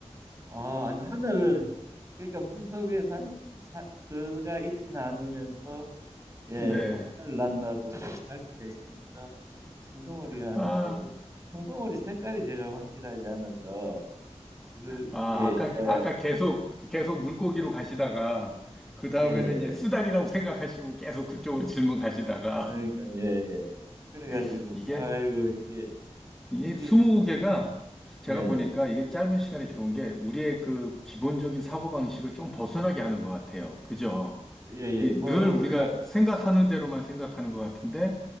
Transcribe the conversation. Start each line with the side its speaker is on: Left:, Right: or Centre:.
Right: 아, 아니, 하늘을, 그러니까 물속에 살, 살- 들어가 있지는 않으면서, 예,
Centre: 네.
Right: 또 하늘 난다고 밝기가 있으니까, 청둥오리가 하는데
Centre: 아,
Right: 좀, 청둥오리 색깔이 제가 확실하지 않아서, 그,
Centre: 아
Right: 이게,
Centre: 아까
Right: 예,
Centre: 아까 계속 계속 물고기로 가시다가 그 다음에는
Right: 예, 예.
Centre: 이제 수달이라고 생각하시고 계속 그쪽으로 질문 가시다가
Right: 그러니까, 예, 예. 그래가지고,
Centre: <laughs> 이게
Right: 아이고, 이게,
Centre: 이게
Right: 이게,
Centre: 무고개가
Right: 네네.
Centre: 제가 보니까 이게 짧은 시간에 좋은 게 우리의 그 기본적인 사고방식을 좀 벗어나게 하는 것 같아요. 그죠?
Right: 예, 예.
Centre: 이늘
Right: 뭐, 우리가,
Centre: 우리가 생각하는 대로만 생각하는 것 같은데